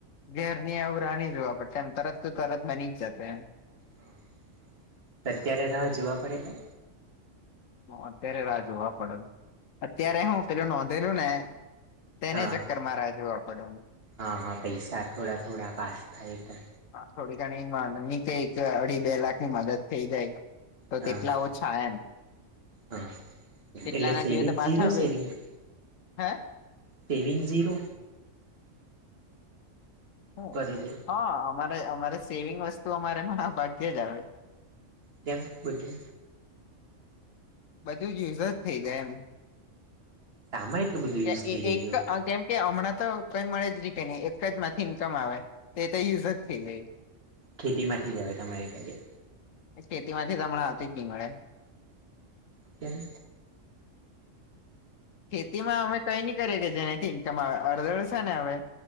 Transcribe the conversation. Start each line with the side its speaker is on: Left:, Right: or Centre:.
Left: ઘેર ની આવું રાની જોવા પડશે એમ તરત ને તરત બની જ જતે
Right: હા, તો અત્યારે રાહ જોવા પડે એટલે?
Left: હો અત્યારે રાહ જોવા પડે, અત્યારે હ પેલું નોંધેલું ને. તેને
Right: હા
Left: ચક્કરમા રાહ જોવ આપડું.
Right: હા હા પૈસા થોડા થોડા પાસ થાય તો.
Left: હા થોડી ઘણી માંગણી છે કે અઢી બે લાખ ની મદદ થઈ જાય, તો
Right: હા
Left: તેટલા ઓછ થા એમ
Right: હા એટલે
Left: તેટલા ના
Right: સેવિંગ
Left: જોઈએ તો પાછા
Right: ઝીરો
Left: બે
Right: સેવીંગ.
Left: હે
Right: સેવિંગ ઝીરો
Left: હ
Right: કરેલી
Left: હા અમારે અમારે સેવિંગ વસ્તુ અમારે મા ભાગ્ય જ આવે.
Right: ત્યા બધુ
Left: બધું યુઝજ થઇ જાય એમ.
Right: સામાં એટું બધું.
Left: ત્યાં
Right: યુઝ
Left: અ
Right: થઈ
Left: એ
Right: જાય
Left: એક
Right: જો
Left: અ કેમ. કે હમણાં તો કઈ મળેજ રી કે નહી, એકજ માંથી ઈન્કમ આવે, તો એ તો યુઝજ થઈ જાય.
Right: ખેતી માંથીજ આવે તમારી સાથેે.
Left: એ ખેતી માંથી તો હમણા આવતી જ નઈ મળે.
Right: કેમ
Left: ખેતી માં અમે કઈ નહી કરીએ કે જેનાથી ઇન્કમ આવે, અડધડ શેને હવે,